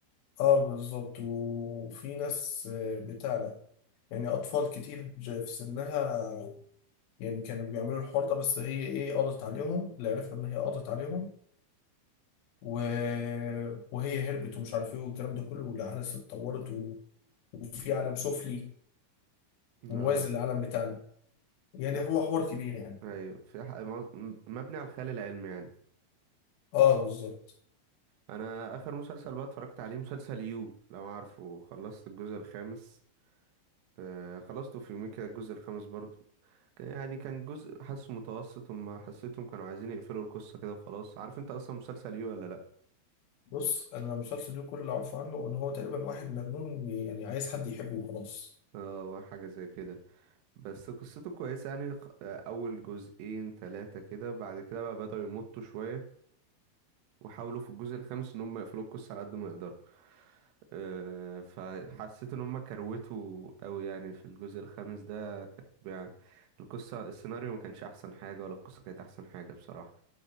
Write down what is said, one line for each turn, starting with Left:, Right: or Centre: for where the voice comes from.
Left: اه بالظبط وفي ناس آه، بتاع ده يعني اطفال كتير في سنها يعني كانوا بيعملوا الحوار ده بس هي ايه قضت عليهم اللي عرفنا ان هي قضت عليهم و... وهي هربت ومش عارف ايه والكلام ده كله والاحداث اتطورت و... وفي عالم سفلي
Right: اه
Left: موازي للعالم بتاعنا يعني
Right: ف-
Left: هو حوار كبير يعني
Right: أيوة في ح- معظ- م- مبني على الخيال العلمي يعني
Left: اه بالظبط
Right: أنا آخر مسلسل بقى اتفرجت عليه مسلسل يو لو عارفه خلصت الجزء الخامس آه خلصته في يومين كده الجزء الخامس برضو كان- يعني كان جزء حاسه متوسط هما حسيتهم كانوا عايزين يقفلوا القصة كده وخلاص عارف انت اصلا مسلسل يو ولا لأ
Left: بص انا المسلسل ده كل اللي اعرفه عنه ان هو تقريبا واحد مجنون يعني عايز حد يحبه وخلاص
Right: اه حاجة زي كده بس قصته كويسة يعني خ- آه، أول جزئين تلاتة كده بعد كده بقى بدأوا يمطوا شوية وحاولوا في الجزء الخامس إن هم يقفلوا القصة على قد ما يقدروا آه، فحسيت إن هم كروتوا أوي يعني في الجزء الخامس ده كان يعني القصة السيناريو ما كانش أحسن حاجة ولا القصة كانت أحسن حاجة بصراحة